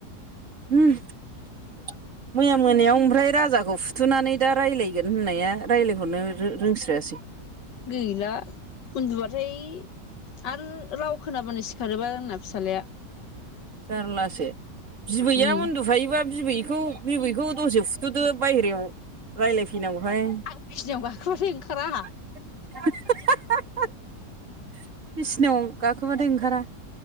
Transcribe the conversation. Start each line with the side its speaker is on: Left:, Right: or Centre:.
Right: उम मैया मोनायाव ओमफ्राय राजाखौ फुथुनानै दा रायलायगोन होननाया रायलायहरनो रो-रोंस्रायासै
Left: गैला उन्दुबाथाय आरो राव खोनाबानो सिखारोबा आंना फिसालाया।
Right: जारलासो बिबैया
Left: उम
Right: उन्दुफायोबा बिबैखौ बिबैखौ दसे फुथ'दो बायहेरायाव रायलायफैनांगौहाय।
Left: आं बिसिनियाव गाखोबाथाय ओंखारा आहा
Right: <unintelligible> बिसिनायाव गाखोबाथाय ओंखारा।